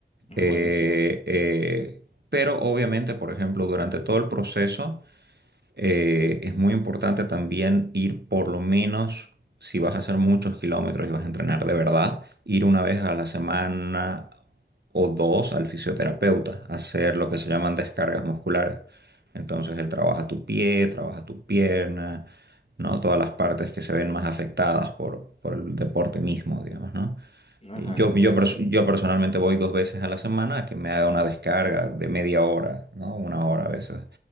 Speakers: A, on the left; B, on the right.
A: Ah,
B: Eh,
A: buenísimo.
B: eh, pero obviamente, por ejemplo, durante todo el proceso eh, es muy importante también ir por lo menos, si vas a hacer muchos kilómetros y vas a entrenar de verdad, ir una vez a la semana o dos al fisioterapeuta, a hacer lo que se llaman descargas musculares. Entonces él trabaja tu pie, trabaja tu pierna, ¿no? Todas las partes que se ven más afectadas por, por el deporte mismo, digamos, ¿no?
A: Ajá,
B: Y Yo,
A: te entiendo.
B: yo, pers- yo personalmente voy dos veces a la semana a que me haga una descarga de media hora, ¿no? Una hora a veces